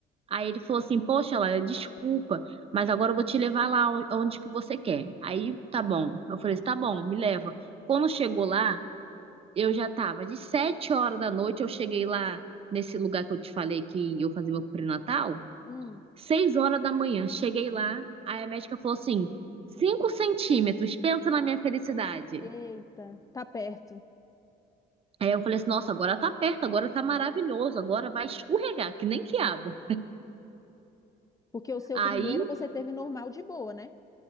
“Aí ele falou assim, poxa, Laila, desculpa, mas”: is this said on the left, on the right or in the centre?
Right